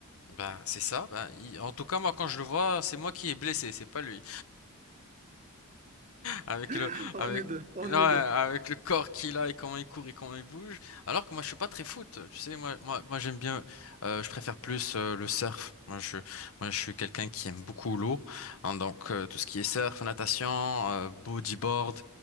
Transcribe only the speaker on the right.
<laughs> On
est deux, on
est
deux.